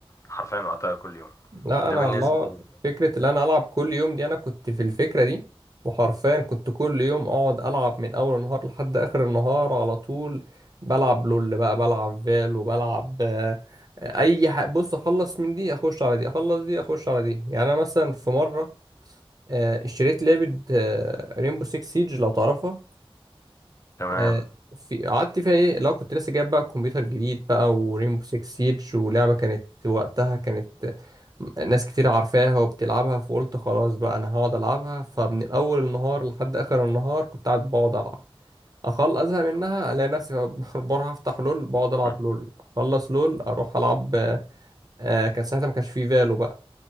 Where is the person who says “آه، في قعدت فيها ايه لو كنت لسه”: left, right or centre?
Right